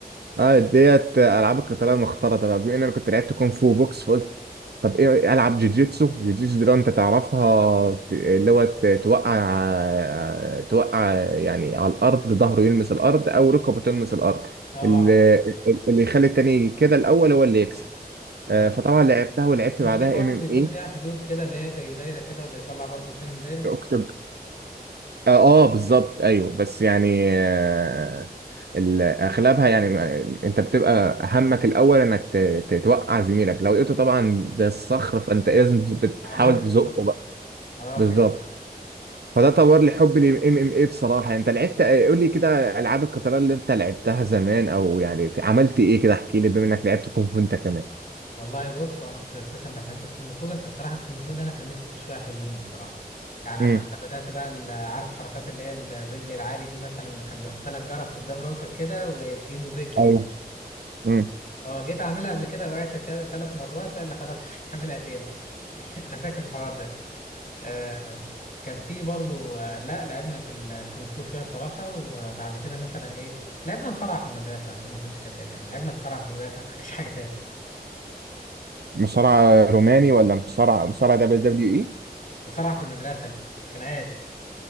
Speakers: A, on the right; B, on the left.
A: اه ديت العاب القتاليه المختلطه بقى بما ان انا كنت لعبت كونغ فو بوكس فقلت طب ايه العب جوجيتسو جوجيتسو دي لو انت تعرفها اللي هو ت- توقع توقع يعني على الارض ظهره يلمس الارض او ركبه تلمس الارض
B: اه
A: اللي,
B: عارف
A: اللي يخلي التاني كده الاول هو اللي يكسب
B: اه
A: آه، فطبعا لعبتها ولعبت
B: مش
A: بعدها
B: دي برضو
A: ام
B: بيكون
A: ام
B: ليها حدود كده اللي هي زي دايره كده واللي يطلع برضو التاني من دايره
A: اكتب اه آه، بالظبط ايوه بس يعني آه، ال- اغلبها يعني ما- انت بتبقى همك الاول انك ت- ت- توقع زميلك لو لقيته طبعا بالصخر فانت لازم تز- بتحاول
B: آه لازم تزق.
A: تزقه بقى
B: اه
A: بالظبط
B: فهمت
A: فده طور لي حبي للام ام اي بصراحه انت لعبت آه، قول لي كده العاب القتال اللي انت لعبتها زمان او يعني عملت ايه كده احكي لي بما انك لعبت كونغ فو انت كمان
B: والله بص هو انا كنت اساسا بحب الكونغ فو بس الصراحه الكونغ فو ده انا كملت فيه شويه حلوين الصراحه يعني
A: امم
B: حتى بدات بقى ال- عارف حركات اللي هي الرجل العالي دي مثلا اللي كان بيحط لك جرس قدام راسك كده وتجيبه برجلك
A: ايوه امم
B: اه جيت اعملها قبل كده وقعت كده ثلاث مرات قال لي خلاص مش هتعملها تاني <laughs> انا فاكر الحوار ده آه كان في برضو آه، لا لعبنا في الكونغ فو شويه صراحه وبعد كده مثلا ايه لعبنا مصارعه في المدرسه عشان ما كنتش كداب يعني لعبنا مصارعه في المدرسه <laughs> مش حاجه تاني
A: مصارع روماني ولا مصارع مصارع دبليو دبليو اي؟
B: مصارعه في المدرسه خناقات